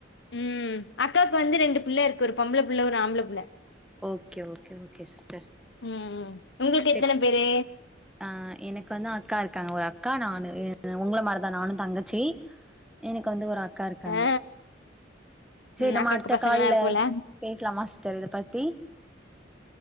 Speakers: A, on the left (about 65°); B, in the centre.
A: உம் அக்காவுக்கு வந்து ரெண்டு புள்ள இருக்கு ஒரு பொம்பள புள்ள ஒரு ஆம்பள புள்ள
B: ஓகே ஓகே ஓகே சிஸ்டர்
A: ம் ம் உங்களுக்கு
B: சரி
A: எத்தன பேரு
B: ஆ எனக்கு வந்து அக்கா இருக்காங்க ஒரு அக்கா நானு உங்கள மாரி தா நானு தங்கச்சி எனக்கு வந்து ஒரு அக்கா இருக்காங்க
A: ஆ
B: சேரி
A: ம்
B: நம்ம
A: அக்காக்கு
B: அடுத்த
A: பசங்கல்லா
B: கால்ல
A: இருக்குல்ல
B: பேசலாம சிஸ்டர் இத பத்தி